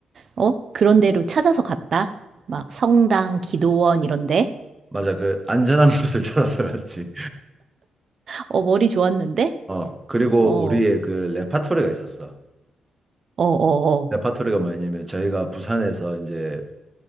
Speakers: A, on the right; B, on the right.
A: 어? 그런 데로 찾아서 갔다. 막 성당, 기도원 이런데.
B: 맞아, 그 안전한 <laughs> 곳을 찾아서 갔지.
A: 어, 머리 좋았는데?
B: 어, 그리고
A: 어, 어,
B: 우리의 그 레파토리가 있었어.
A: 어,
B: 레파토리가 뭐냐면 저희가 부산에서 이제